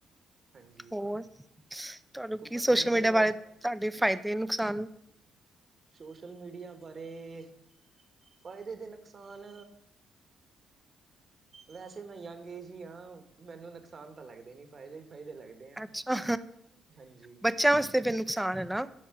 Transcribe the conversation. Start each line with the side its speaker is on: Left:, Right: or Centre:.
Right: ਹਾਂਜੀ
Centre: ਹੋਰ ਤੁਹਾਨੂੰ
Right: ਘੁੰਮਣ
Centre: ਕੀ ਸੋਸ਼ਲ
Right: ਘਾਮਣ
Centre: ਮੀਡੀਆ
Right: ਨੀ
Centre: ਬਾਰੇ
Right: ਗਏ
Centre: ਤੁਹਾਡੇ ਫ਼ਾਇਦੇ ਨੁਕਸਾਨ
Right: ਸੋਸ਼ਲ ਮੀਡੀਆ ਬਾਰੇ, ਫਾਇਦੇ ਤੇ ਨੁਕਸਾਨ ਵੈਸੇ ਮੈਂ ਯੰਗ ਏਜ ਈ ਹਾਂ, ਮੈਨੂੰ ਨੁਕਸਾਨ ਤਾਂ ਲੱਗਦੇ ਨੀ ਫਾਇਦੇ ਹੀ ਫਾਇਦੇ ਲੱਗਦੇ ਆ।
Centre: ਅੱਛਾ,
Right: ਹਾਂਜੀ
Centre: ਬੱਚਿਆਂ ਵਾਸਤੇ ਫਿਰ ਨੁਕਸਾਨ ਐ ਨਾ।